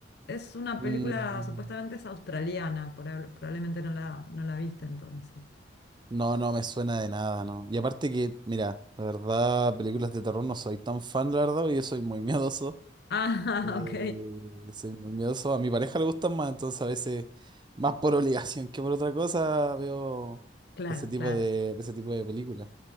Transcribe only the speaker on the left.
Es una
película, supuestamente es australiana, por- probablemente no la, no la viste entonces. <laughs>
Ah,
ok.
Claro,
claro.